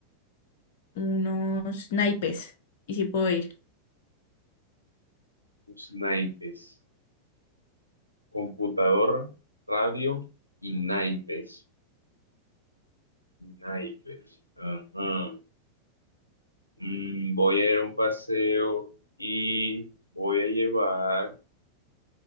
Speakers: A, on the left (about 55°); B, on the left (about 85°).
A: unos naipes. ¿Y si puedo ir?
B: Los naipes. Computador, radio y naipes. Naipes. Ajá. Mm, voy a ir a un paseo y voy a llevar,